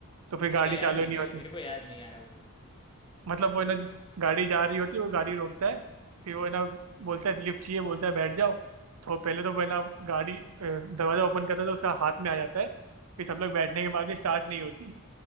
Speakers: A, on the right; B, on the left.
A: तो
B: वो
A: फिर गाड़ी
B: मुझे याद
A: चालू
B: नहीं
A: नहीं
B: भाई
A: होती
B: मेरे को याद नहीं आ रहा वो
A: मतलब वो है ना गाड़ी जा रही होती है वो गाड़ी रोकता है फिर वो है ना बोलता है लिफ्ट चाहिए बोलता है बैठ जाओ तो पहले तो वो है ना गाड़ी अ, दरवाजा ओपन करता है तो उसका हाथ में आ जाता है फिर सब लोग बैठने के बाद भी स्टार्ट नहीं होती